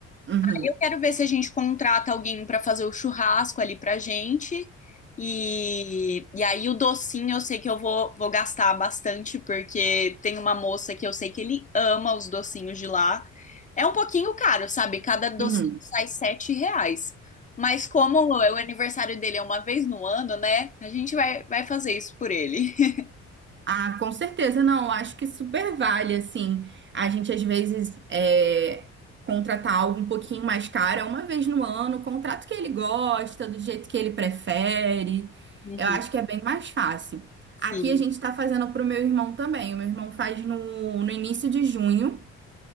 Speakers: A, on the right; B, on the left.
A: Uhum,
B: Eu quero ver se a gente contrata alguém para fazer o churrasco ali pra gente. E, e aí o docinho eu sei que eu vou, vou gastar bastante, porque tem uma moça que eu sei que ele ama os docinhos de lá. É um pouquinho caro, sabe? Cada docinho
A: uhum.
B: sai sete reais. Mas como o o aniversário dele é uma vez no ano, né? A gente vai, vai fazer isso por ele. <laughs>
A: Ah, com certeza, não. Acho que super vale, assim, a gente às vezes é, contratar algo um pouquinho mais caro, é uma vez no ano, contrato que ele gosta, do jeito que ele prefere.
B: Uhum,
A: Eu acho que é bem mais fácil.
B: sim.
A: Aqui a gente está fazendo para o meu irmão também. O meu irmão faz no, no início de junho.